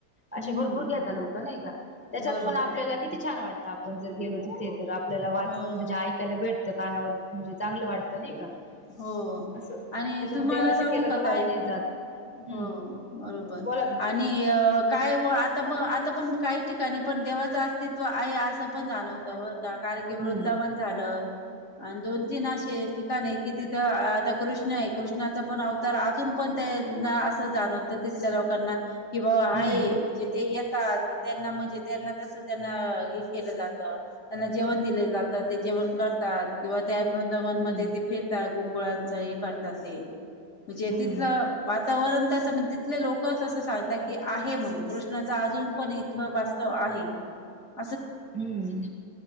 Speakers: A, on the left; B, in the centre.
A: हम्म
B: असे भरपूर घेता लोक नाही का त्याच्यात
A: बरोबर
B: पण आपल्याला किती छान वाटत आपण जर गेलो तिथे तर आपल्याला वाच
A: हो
B: म्हणजे ऐकायला भेटतं कानावर म्हणजे चांगलं वाटतं नाही का असं
A: हो आणि
B: त्याच्यामध्ये
A: तुम्हाला
B: देवाचं
A: सांगू
B: केलं
A: का
B: तर वाया
A: ताई
B: नाही जात हम्म
A: हो बरोबर
B: बोला ना
A: आणि काय आता म आ आता पण काही ठिकाणी पण देवाचं अस्तित्व आहे असं पण जाणवत ब कारगी वृंदावन
B: हम्म
A: झालं आणि दोन तीन असे ठिका नाही कि तिथं आता कृष्ण आहे कृष्णाचा पण अवतार अजून पण ते असं जाणवतं तिथल्या लो कना किं आहे
B: हम्म
A: म्हणजे ते येतात त्यांना म्हणजे त्यांना तस त्यांना केलं जात त्यांना जेवण दिलं जातं ते जेवण करतात किंवा त्या वृंद मनमध्येध्ये
B: हम्म
A: ते गोकु करत ते म्हणजे
B: हम्म
A: तिथ वातावरण तिथले लोकच असं सांगतात की आहे म्हणून कृष्णाच अजून पण इथं वास्तव आहे ह
B: हम्म